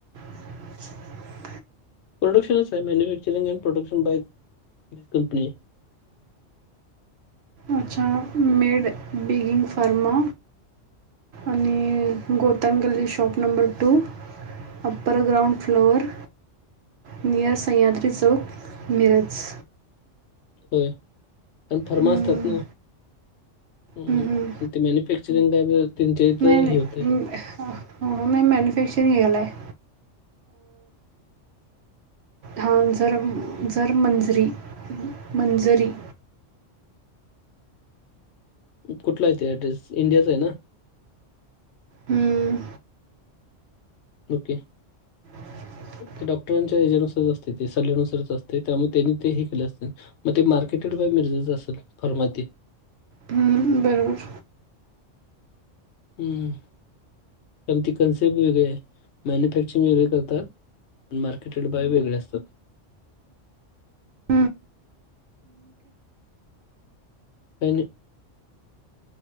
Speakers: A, on the right (about 65°); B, on the left (about 65°).
A: <unintelligible>
B: प्रोडक्शच आहे मॅ्यक् चिरंजन प्रोडक्शन बाय कंपनी
A: अच्छा मेड बेगिन फारमा आणि गौतन गल्ली shop number two upper ground floor near Sahyadri चौक मिरज
B: हो आणि
A: हं,
B: फर्माासतात ना. हम्
A: हं, हं.
B: ते मॅन्युफॅक्चरिंग का त्यांच्या तर
A: नाही, नाही.
B: हे
A: अं,
B: होतय.
A: हो, हो नाही मॅन्युफॅक्चरिंग गला आहे. हा जर जर मंजरी मंजरी
B: कुठला आहे ते ऍड्रेस इंडियाचा आहे ना.
A: हं,
B: ओके.
A: <unintelligible>
B: ते डॉक्टरांच्यानुसच असते सल्ल्यानुसारच असते त्यामुळे त्यांनी ते केले अस मग ते मार्केटे मिर्जा असल फरमात
A: हम्म बरोबर.
B: हम्म कार त कन्सेप्ट वेगरे आहे मॅन्युफॅक्चरिंग वगरे करतात. पण मार्केट बाय वेगळे असतात.
A: हा.
B: काय नाही.